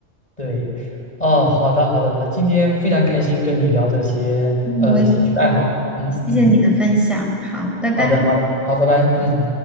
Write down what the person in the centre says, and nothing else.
嗯，我也是。
谢谢你的分享，好，拜拜。